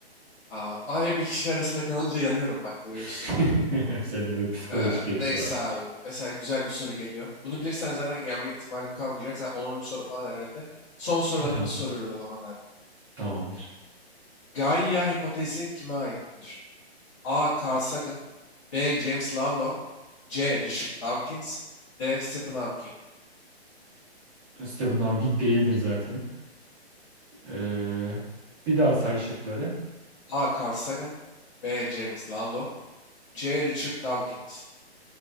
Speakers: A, on the left; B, on the right.
A: Abi, abi bir kişi arasında kalınca yanıyorum bak görüyorsun.
B: <laughs> Sende böyle psikolojik
A: Ee,
B: etki
A: neyse
B: var.
A: abi. Mesela güzel bir soru geliyor. Bunu bilirsen zaten yenme ihtimalim kalmayacak. Sen 10. soru falan herhalde. Son sorularımızı
B: <laughs> Tamam.
A: soruyoruz o zaman abi.
B: Tamamdır.
A: Gaia hipotezi kime aittir? A. Carl Sagan B. James Lovelock C. Richard Dawkins D. Stephen Hawking
B: Stephen Hawking değildir zaten. Ee, bir daha say şıkları.
A: A. Carl Sagan B. James Lovelock C. Richard Dawkins